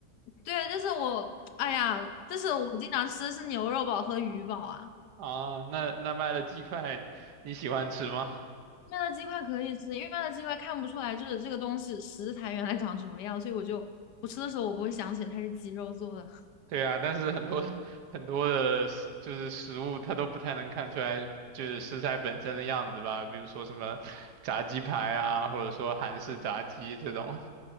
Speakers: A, on the left (about 85°); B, on the right (about 75°).
A: 对，但是我哎呀，但是我经常吃的是牛肉堡和鱼堡啊。
B: 啊，那那卖的鸡块你喜欢吃吗？
A: 麦乐鸡块可以吃，因为麦乐鸡块看不出来就是这个东西食材原来长什么样，所以我就我吃的时候我不会想起来它是鸡肉做的。
B: 对啊，但是很多很多的食，就是食物它都不太能看出来，就是食材本身的样子吧，比如说什么炸鸡排啊，或者说韩式炸鸡这种